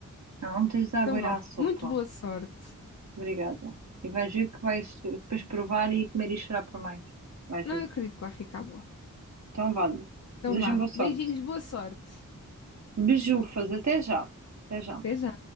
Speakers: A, on the right (about 55°); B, on the left (about 50°).
A: não, não tens de aguardar
B: Então vá,
A: a sopa.
B: muito boa sorte.
A: Obrigada. E vais ver que vais depois provar e comer e chorar por mais. Vais
B: Não
A: ver.
B: acredito que vai ficar boa.
A: Então vá,
B: Então
A: desejo
B: vá,
A: boa sorte.
B: beijinhos, boa sorte.
A: Beijufas, até já. Até já.
B: Até já.